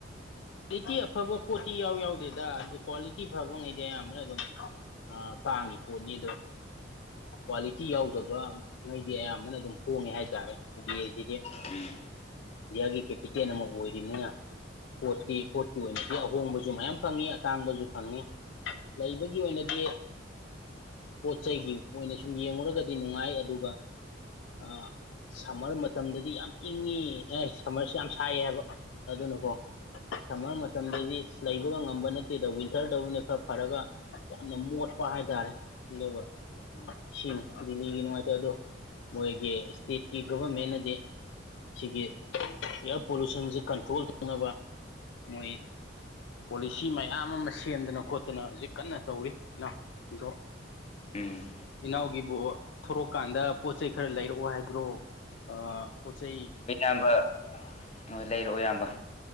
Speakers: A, on the left; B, on the left.
A: ꯔꯔꯤꯇꯤ ꯑꯐꯕ ꯄꯣꯇꯤ ꯌꯥꯎ ꯌꯥꯎꯗꯦꯗ ꯑꯗꯨ ꯀ꯭ꯋꯥꯂꯤꯇꯤ ꯐꯕꯉꯩꯗꯤ ꯑꯌꯥꯝꯕꯅ ꯑꯗꯨꯝ ꯇꯥꯡꯉꯤ ꯄꯣꯠꯅꯤ ꯑꯗꯣ ꯀ꯭ꯋꯥꯂꯤꯇꯤ ꯌꯥꯎꯗꯕꯉꯩꯗꯤ ꯑꯌꯥꯝꯕꯅ ꯑꯗꯨꯝ ꯍꯣꯡꯉꯦ ꯍꯥꯏꯇꯥꯔꯦ ꯃꯕꯤꯁꯤꯗꯤ
B: ꯎꯝ
A: ꯒꯤ ꯀꯦ ꯄꯇꯦ ꯅꯃꯒ ꯑꯣꯏꯣꯏꯗꯅꯤꯅ ꯄꯣꯠꯇꯤ ꯄꯣꯠꯀꯤ ꯑꯣꯏꯅꯗꯤ ꯑꯍꯣꯡꯕꯁꯨ ꯃꯌꯥꯝ ꯐꯪꯉꯤ ꯇꯥꯡꯕꯁꯨ ꯐꯪꯉꯤ ꯂꯩꯕꯒꯤ ꯑꯣꯏꯅꯗꯤ ꯄꯣꯠ ꯆꯩꯒꯤ ꯑꯣꯏꯅ ꯁꯨꯝ ꯌꯦꯡꯂꯡꯨꯔꯒꯗꯤ ꯅꯨꯡꯉꯥꯏ ꯑꯗꯨꯒ ꯑ ꯁꯝꯃꯔ ꯃꯇꯝꯗꯗꯤ ꯌꯥꯝ ꯏꯪꯉꯤ ꯑꯦ ꯁꯝꯃꯔꯁꯨ ꯌꯥꯝ ꯁꯥꯏꯌꯦ ꯍꯥꯏꯕ ꯑꯗꯨꯅꯀꯣ ꯁꯝꯃꯔ ꯃꯇꯝꯗꯗꯤ ꯂꯩꯕꯒ ꯉꯝꯕ ꯅꯠꯇꯦꯗ ꯋꯤꯟꯇꯔꯗꯅ ꯈꯔ ꯐꯔꯒ ꯌꯥꯝꯅ ꯃꯣꯠꯄ ꯍꯥꯏꯇꯥꯔꯦ ꯑꯗꯨꯒ
B: ꯎꯝ
A: ꯁꯤꯡ ꯗꯤꯅꯤꯒꯤ ꯅꯨꯡꯉꯥꯏꯇꯦ ꯑꯗꯣ ꯃꯣꯏꯒꯤ ꯏꯁꯇꯦꯠꯀꯤ ꯒꯣꯚꯔꯃꯦꯟꯅꯗꯤ ꯁꯤꯒꯤ ꯏꯌꯥꯔ ꯄꯣꯂꯨꯁꯟꯁꯦ ꯀꯟꯇ꯭ꯔꯣꯜ ꯇꯧꯅꯕ ꯃꯣꯏ ꯁꯤ ꯃꯌꯥꯝ ꯑꯃ ꯁꯦꯝꯗꯅ ꯈꯣꯠꯇꯅ ꯍꯧꯖꯤꯛ ꯀꯟꯅ ꯇꯧꯔꯤ ꯑꯗꯣ
B: ꯎꯝ
A: ꯏꯅꯥꯎꯒꯤꯕꯨ ꯊꯣꯔꯛꯀꯥꯟꯗ ꯄꯣꯠ ꯆꯩꯩ ꯈꯔ ꯂꯩꯔꯛꯑꯣ ꯍꯥꯏꯕ꯭ꯔꯣ ꯑ ꯀ ꯆꯩ
B: ꯑꯌꯥꯝꯕ ꯍ ꯂꯩꯔꯛꯑꯣ ꯏꯌꯥꯝꯕ